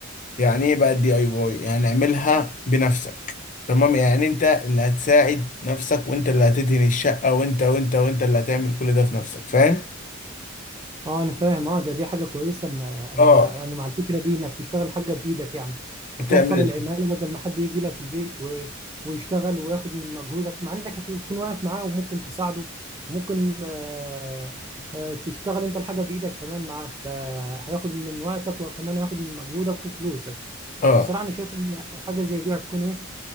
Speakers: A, on the left; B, on the right.
A: يعني ايه بقى الدي اي واي يعني اعملها بنفسك تمام يعني انت اللي هتساعد نفسك وانت اللي هتدهن الشقة وانت وانت وانت اللي هتعمل كل ده في نفسك فاهم
B: اه انا فاهم اه ده دي حاجه كويسه ان انا
A: اه
B: انا مع الفكره دي انك تشتغل حاجه بايدك يعني هتوفر
A: تعمل
B: العماله بدل ما حد يجي لك البيت و... ويشتغل وياخد من مجهودك مع انك هتكون واقف معاه وممكن تساعده وممكن آه آه تشتغل انت الحاجه بايدك كمان معاه فهياخد من وقتك وكمان هياخد من مجهودك وفلوسك
A: اه
B: فالصراحه انا شايف ان حاجه زي دي هتكون ايه